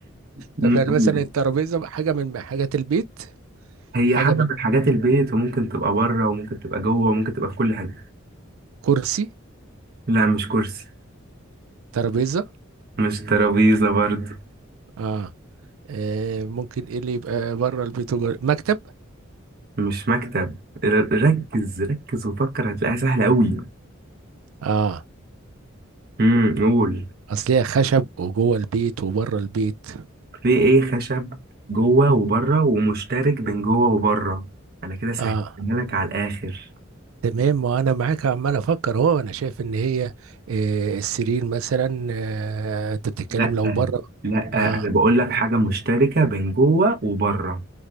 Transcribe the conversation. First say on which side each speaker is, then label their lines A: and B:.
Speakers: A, on the right; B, on the right.
A: مم،
B: طب يعني
A: قول.
B: مثلا الترابيزة حاجة من حاجات البيت
A: هي
B: حاجة
A: حاجة
B: من
A: من حاجات البيت وممكن تبقى بره وممكن تبقى جوه وممكن تبقى في كل حاجة
B: كرسي
A: لا مش كرسي
B: ترابيزة
A: مش ترابيزة برضه
B: اه, آه ممكن ايه اللي يبقى بره البيت وجوه مكتب
A: مش مكتب ر- ركز ركز وفكر هتلاقيها سهلة أوي
B: اه
A: امم قول
B: اصل هي خشب وجوه البيت وبره البيت
A: في ايه خشب جوه وبره ومشترك بين جوه وبره انا كده سهلتها
B: اه
A: لك على الاخر
B: تمام ما انا معاك عمال افكر اهو انا شايف ان هي آه، السرير مثلا آه، انت بتتكلم
A: لا
B: لو بره
A: لا
B: اه
A: انا بقول لك حاجه مشتركه بين جوه وبره